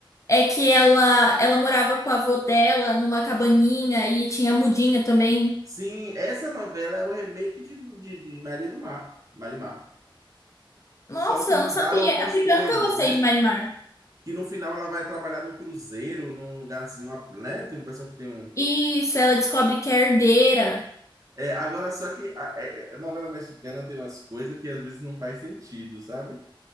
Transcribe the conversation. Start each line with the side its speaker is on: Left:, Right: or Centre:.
Left: é que ela ela morava com a avó dela numa cabaninha e tinha mudinha também.
Right: Sim, essa novela é o remake de, de, de Maria do Mar, Marimar.
Left: Nossa,
Right: Só que
Left: eu
Right: mudaram
Left: não sabia.
Right: algumas
Left: É porque
Right: coisas,
Left: eu nunca gostei
Right: né?
Left: de Marimar.
Right: Que no final ela vai trabalhar num cruzeiro, num lugar assim, numa, né? Tem um pessoal que tem um.
Left: Isso, ela descobre que é herdeira.
Right: É, agora, só que a, é, a novela mexicana tem umas coisas que às vezes não faz sentido, sabe?